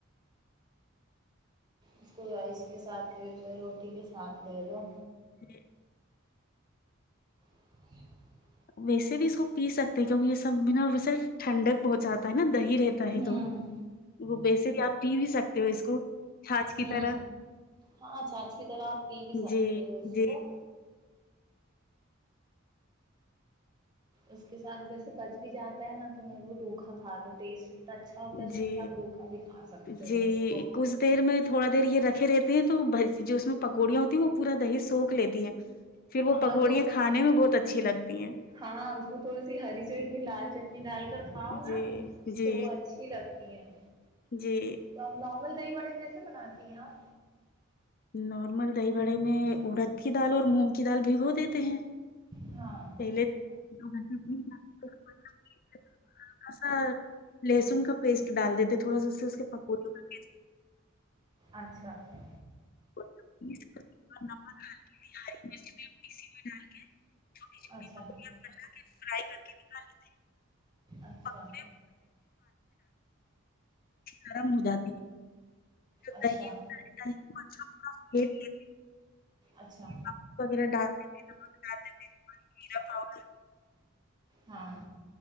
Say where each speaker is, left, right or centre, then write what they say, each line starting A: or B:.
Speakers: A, on the right (about 20°); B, on the left (about 45°).
A: اس کو رائس کے ساتھ لے لو روٹی کے ساتھ لے لو
B: ج
A: ج <inaudible>
B: بس بھی اس کو پی سکتے ہیں کیونکہ یہ سبنابسر <unintelligible> ٹھنڈک پہنچاتا ہے نا دہی رہتا
A: ہوں
B: ہے تو وہ بیسک آپ پی بھی سکتے ہو اس کو چھاچھ کی
A: ہ
B: طرح
A: ہاں چھاچ کی طرح آپ پی بھی سکتے
B: جی
A: ہو اس
B: جی
A: کو اس کے ساتھ ویسے بچ بھی جاتا ہے نا تو میں وہ ڈھوکا کھ لو ٹیسٹ اتنا اچھا ہوتا ہے اس
B: جی
A: کا کہ آپ روکھا بھی کھا سکتے
B: جی
A: ہو اس کو
B: کچھ دیر میں تھوڑا دیر یہ رکھے رہتے ہیں تو جو اس میں پکوڑیاں ہوتی وہ پورا دہی سوکھ لیتی ہے پھر
A: ہاں
B: وہ پکوڑیاں
A: تو اپر
B: کھانے میں بہت اچھی لگتی ہیں
A: ہاں اس میں تھوڑی سی ہری چٹنی لال <unintelligible> کھاؤ
B: جی
A: نا
B: جی
A: تو وہ اچھی لگتی ہے
B: جی
A: کل دہی بڑے کیسے بناتی ہیں آپ
B: نارمل دہی بڑے میں اڑد کی دال اور مونگ کی دال بھگو دیتے ہیں
A: ہاں
B: <unintelligible> تھوڑا سا لہسن کا پیسٹ ڈال دیتے تھوڑا سا سے اس کے پپوتےوں کا پ
A: اچھا اچھا
B: <inaudible> ہلدی ہری مرچ بھی پیسی ہوئی ڈال کے چھوٹی چھوٹی
A: اچھا
B: پکڑیاں بنا کے فرائی کر کے نکال لیتے ہیں
A: اچھا
B: پکوڑے گرم ہو جاتی ہے
A: اچھا
B: دہی ہوتا ہے دہی کو اچھا پورا <unintelligible>
A: اچھا
B: <unintelligible>
A: ہاں